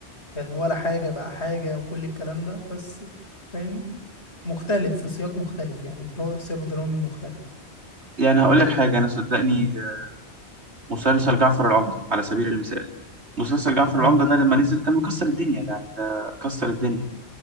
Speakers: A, on the left; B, on the right.
A: كان ولا حاجة بقى حاجة وكل الكلام ده بس فاهمني مختلف في سياق مختلف يعني درا... سياق درامي مختلف
B: يعني هقول لك حاجة أنا صدقني آه، مسلسل جعفر العمدة على سبيل المثال مسلسل جعفر
A: امم
B: العمدة ده لما نزل كان مكسر الدنيا يعني ده كسر الدنيا